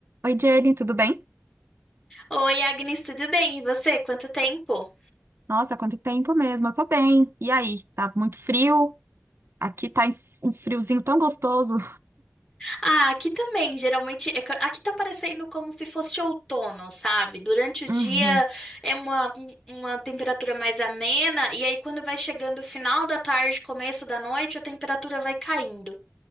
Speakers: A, on the right; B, on the left.
A: Oi, Jenny, tudo bem?
B: Oi, Agnes, tudo bem? E você? Quanto tempo?
A: Nossa, quanto tempo mesmo, eu tô bem. E aí, tá muito frio? Aqui tá em- um friozinho tão gostoso.
B: Ah, aqui também, geralmente, é que aqui tá parecendo como se fosse outono, sabe? Durante o dia
A: Uhum,
B: é uma, um- uma temperatura mais amena, e aí quando vai chegando o final da tarde, começo da noite, a temperatura vai caindo.